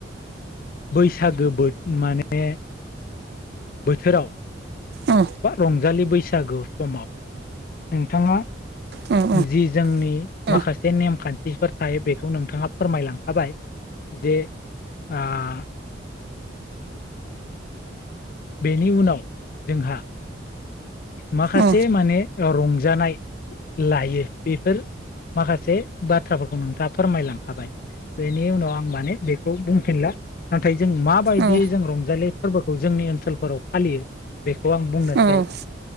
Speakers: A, on the left; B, on the right.
A: बैसागो बोथोर माने बोथोराव
B: औ
A: बा रंजालि बैसागु समाव नोंथाङा
B: औ
A: जि जोंनि
B: औ
A: माखासे नेमखान्थिफोर थायो बेखौ नोंथाङा फोरमायलांखाबाय जे आ बेनि उनाव जोंहा माखासे
B: औ
A: माने रंजानाय लायो बेफोर माखासे बाथ्राफोरखौ नोंथाङा फोरमायलांखाबाय बेनि उनाव आं माने बेखौ बुंफिनला नाथाय जों माबायदि
B: औ
A: जों रंजालि फोरबोखौ जोंनि ओनसोलफोराव फालियो बेखौ आं बुंनोसै
B: औ औ